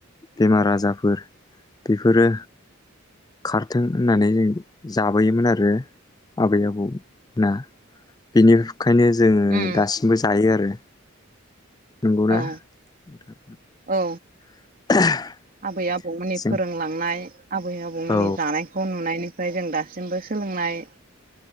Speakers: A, on the left; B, on the right.
A: बेमार आजारफोर बेफोरो खारथों होननानै जों जाबोयोमोन आरो आबै आबौ ना बेनिखायनो जोङो
B: उम
A: दासिमबो जायो आरो नंगौ ना
B: औ
A: नोंथां
B: औ
A: <inaudible>
B: आबै आबौमोननि
A: जों
B: फोरोंलांनाय आबै आबौमोननि
A: औ
B: जानायखौ नुनायनि ओमफ्राय जों दासिमबो सोलोंनाय